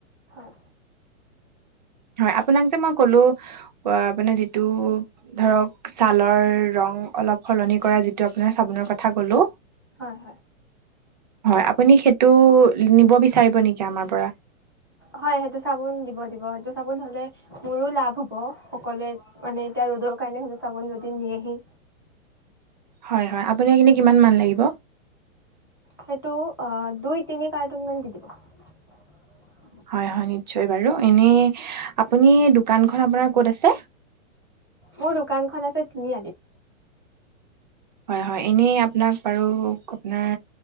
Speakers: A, on the left; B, on the right.
A: হয়
B: হয়, আপোনাক যে মই কলো পৰা আপোনাৰ মানে যিটো ধৰক ছালৰ ৰং অলপ সলনি কৰা যিটো আপোনাৰ চাবোনৰ কথা কলো।
A: হয় হয়
B: হয়, আপুনি সেইটো নিব বিচাৰিব নেকি আমাৰ পৰা
A: হয়, সেইটো চাবোন দিব, দিব। সেইটো চাবোন হলে মোৰো লাভ হব সকলোৱে মানে এতিয়া ৰ'দৰ কাৰণে সেই চাবোন যদি নি আহি
B: হয়, হয় আপোনাক এনে কিমান মান লাগিব?
A: সেইটো অ দুই তিনি কাৰ্টুন <inaudible>
B: হয়, হয় নিশ্চয় বাৰু এনে আপুনি দোকানখন আপোনাৰ ক'ত আছে?
A: মোৰ দোকানখন আছে তিনিআলি।
B: হয়, হয় এনে আপোনাক বাৰু আপোনাৰ